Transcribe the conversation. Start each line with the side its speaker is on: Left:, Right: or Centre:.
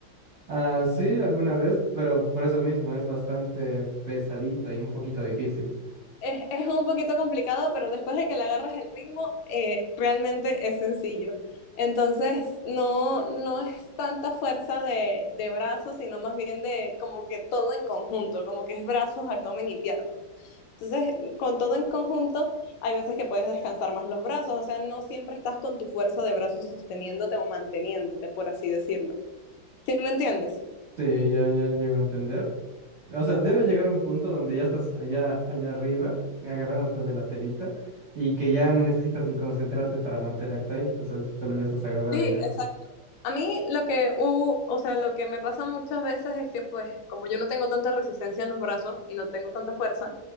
Right: Ah, sí, alguna vez, pero por eso mismo es bastante pesadito y un poquito difícil.
Left: Es, es un poquito complicado, pero después de que le agarras el ritmo, eh, realmente es sencillo. Entonces, no, no es tanta fuerza de, de brazos, sino más bien de como que todo en conjunto, como que es brazos, abdomen y piernas. Entonces, con todo en conjunto, hay veces que puedes descansar más los brazos, o sea, no siempre estás con tu fuerza de brazos sosteniéndote o manteniéndote, por así decirlo. ¿Sí me entiendes?
Right: Sí, ya, ya llego a entender. O sea, debe llegar un punto donde ya estás allá, allá arriba, agarrándote de la telita, y que ya no necesitas ni concentrarte para mantenerte ahí. O sea, solo ya estás agarrado
Left: Sí,
Right: allá.
Left: exacto. A mí lo que, u, o sea, lo que me pasa muchas veces es que, pues, como yo no tengo tanta resistencia en los brazos y no tengo tanta fuerza,